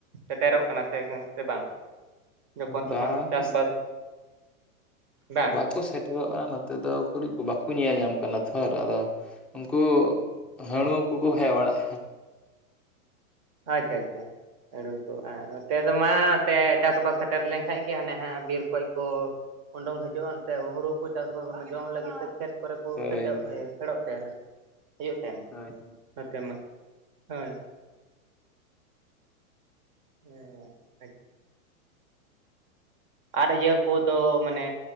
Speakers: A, on the right; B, in the centre.
A: ᱥᱮᱴᱮᱨᱚᱜ ᱠᱟᱱᱟ ᱥᱮ ᱥᱮ ᱵᱟᱝ᱾ ᱡᱚᱠᱷᱚᱱ
B: ᱵᱟᱥ
A: ᱛᱚᱠᱷᱚᱱ ᱪᱟᱥᱵᱟᱥ <inaudible> ᱵᱟᱝ
B: ᱠᱚ ᱥᱮᱴᱮᱨᱚᱜ ᱠᱟᱱᱟ ᱱᱚᱛᱮ ᱫᱚ ᱩᱠᱩᱲᱤᱡ ᱠᱩ ᱵᱟᱠᱚ ᱧᱮᱞ ᱧᱟᱢ ᱠᱟᱱᱟ ᱛᱷᱚᱨ ᱟᱫᱚ ᱩᱱᱠᱩ ᱦᱟᱺᱬᱩ
A: ᱚ
B: ᱠᱚᱠᱚ ᱦᱮᱡ ᱵᱟᱲᱟᱜᱼᱟ
A: ᱟᱪᱪᱷᱟ ᱟᱪᱪᱷᱟ <unintelligible> ᱟᱫᱚ ᱢᱟ ᱛᱮ ᱪᱟᱥᱵᱟᱥ ᱥᱮᱴᱮᱨ ᱞᱮᱱᱠᱟᱱᱡ ᱜᱮ ᱦᱟᱸᱱᱮ ᱦᱟᱸᱜ ᱵᱤᱨ ᱠᱷᱚᱡ ᱠᱚ ᱩᱰᱩᱝ ᱦᱤᱡᱩᱜ ᱼᱟ ᱱᱛᱮ ᱦᱩᱲᱩ ᱠᱩ ᱪᱟᱥᱵᱟᱥ ᱚᱱᱟ ᱡᱚᱢ ᱞᱟᱹᱜᱤᱫ ᱛᱮ ᱠᱷᱮᱛ ᱠᱚᱨᱮ ᱠᱩ
B: ᱦᱳᱭ
A: ᱯᱷᱮᱰᱚᱜ ᱤᱭᱟ ᱯᱷᱮᱲᱚᱜ ᱛᱟᱦᱮᱸᱱᱟ ᱦᱤᱡᱩᱜ ᱛᱟᱦᱮᱸᱱ᱾
B: ᱦᱳᱭ᱾
A: ᱱᱚᱛᱮ ᱢᱟ ᱦᱳᱭ᱾ ᱦᱮᱸ᱾ ᱟᱨ ᱤᱭᱟᱹ ᱠᱚᱫᱚ ᱢᱟᱱᱮ